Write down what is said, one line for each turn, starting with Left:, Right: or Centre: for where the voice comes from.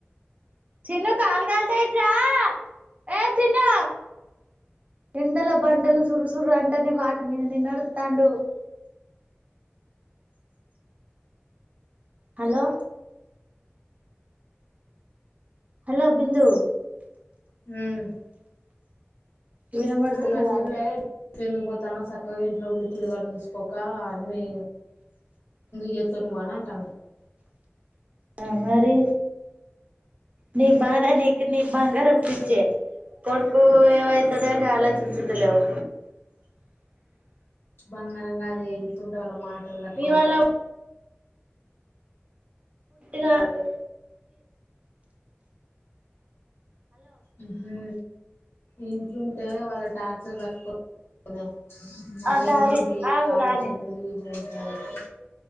Right: చిన్ను కాళ్లు కాల్తయ్ ఇట్రా ఏ చిన్ను ఎండల బండలు సురు సురు అంటేనే వాటి మీదనే నడుతాండు హలో హలో బిందు
Left: ఉమ్
Right: వినబడతలేదా
Left: మరి చెల్లే చెందు పోతాను సక్కగా ఇంట్లో ఉండి పిల్లగాడిని సుసుకోక అని చెత్తన్నావ్ ఆడ అంటాంది
Right: ఆ మరి నీ బాధ నీకు నీ బంగారం పిచ్చి కొడుకు ఏమైతది అని ఆలోచించతలేవు
Left: బంగారంగా కాదే ఇంట్ల ఉంటే వాళ్ళ మాటలు తట్టుకోలేవు,
Right: మీ వల్ల గాడు
Left: ఉహు ఇంట్ల ఉంటే వాళ్ళ టార్చర్ తట్టుకోలేము, మళ్ళీ
Right: ఆ డాడీ
Left: ఇంట్ల ఉంటే అయ్యేయో
Right: ఆగు
Left: ఆలోచనలు
Right: రాని
Left: తిరిగియిడాకి